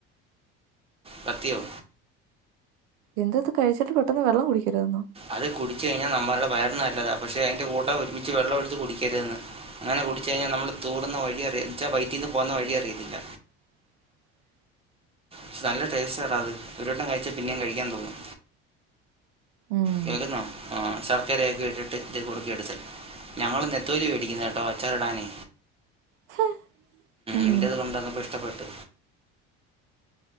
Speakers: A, on the right; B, on the right.
A: കത്തിയോ
B: എന്തത് കഴിച്ചിട്ട് പെട്ടെന്ന് വെള്ളം കുടിക്കരുതെന്നോ?
A: അത് കുടിച്ചു കഴിഞ്ഞാ നമ്മളുടെ വയറിന് നല്ലതാ പക്ഷെ അതിന്റെ കൂട്ട ഒരുമിച്ച് വെള്ളം എടുത്ത് കുടിക്കരുതന്ന് അങ്ങനെ കുടിച്ച് കഴിഞ്ഞാൽ നമ്മള് തൂറുന്ന വഴി അറിയാ ന്ന് വെച്ചാ വൈറ്റീന്ന് പോന്ന വഴി അറിയത്തില്ല
B: <unintelligible>
A: ക്ഷേ നല്ല ടേസ്റ്റ് ടാ അത് ഒരു വട്ടം കഴിച്ചാ പിന്നെയും കഴിക്കാൻ തോന്നും
B: ഉം
A: കേക്കുന്നോ ആ ശർ ക്കരൊക്കെ ഇട്ടിട്ട് ഇത് കുറുക്കിയടിച്ചേ ഞങ്ങള് നേത്തോലി മേടിക്കുന്നുട്ടോ അച്ചാറിടാനേ
B: ച്ചെ ഉം
A: നിന്റേത് കൊണ്ടുവന്നപ്പോൾ ഇഷ്ടപ്പെട്ട്